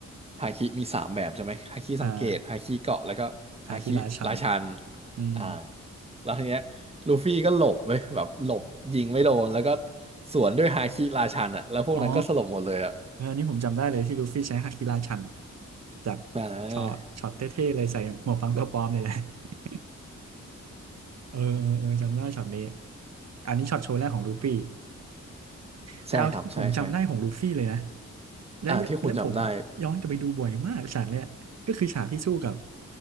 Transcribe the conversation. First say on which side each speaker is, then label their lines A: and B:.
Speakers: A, on the right; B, on the right.
A: ฮาคิมีสามแบบใช่ไหมฮาคิสังเกตฮาคิเกาะแล้วก็ฮาคิราชัน
B: อาอาคิราชันอืม
A: อ่าแล้วทีเนี้ยลูฟี่ก็หลบไปแบบหลบยิงไม่โดนแล้วก็สวนด้วยฮาคิราชันอ่ะแล้วพวกนั้นก็สลบหมดเลยอ่ะ
B: อ๋อเอออันนี้ผมจำได้เลยที่ลูฟี่ใช้ฮาคิราชันจาก
A: อ่า
B: ช็อตช็อตเท่ๆเลยใส่หมวกฟังตัวปลอมนี่แหละ <laughs> เออเออเออ จำได้ช็อตนี้ อันนี้ช็อตโชว์แรกของลูฟี่
A: <laughs>
B: แต่เอาที่ผมจำได้ของลูฟี่เลยนะ
A: ใช่ครับใช่ใช่
B: แล้วแล้วผมย้อนกลับไปดูบ่อยมากฉากเนี้ยก็คือฉากที่สู้กับ
A: อ่าที่คุณจำได้